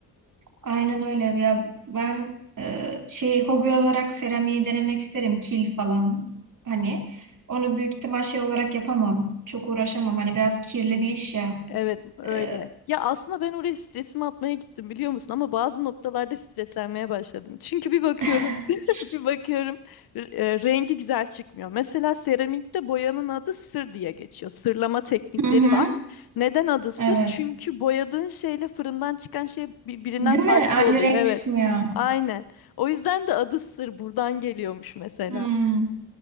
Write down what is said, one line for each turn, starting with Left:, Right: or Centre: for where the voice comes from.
Right: Aynen öyle ya ben e, şey hobi olarak seramiği denemek isterim kil falan hani onu büyük ihtimal şey olarak yapamam çok uğraşamam hani biraz kirli bir iş ya
Left: Evet öyle.
Right: E,
Left: Ya aslında ben oraya stresimi atmaya gittim biliyor musun? Ama bazı noktalarda streslenmeye başladım. Çünkü bir bakıyorum,
Right: <laughs>
Left: <laughs> bir bakıyorum r- e, rengi güzel çıkmıyor. Mesela seramikte boyanın adı sır diye geçiyor. Sırlama teknikleri
Right: Hı hı,
Left: var. Neden adı sır?
Right: evet.
Left: Çünkü boyadığın şeyle fırından çıkan şey birbirinden
Right: Değil
Left: farklı
Right: mi? Aynı
Left: oluyor.
Right: renk
Left: Evet.
Right: çıkmıyor.
Left: Aynen. O yüzden de adı sır buradan geliyormuş mesela.
Right: Hmm.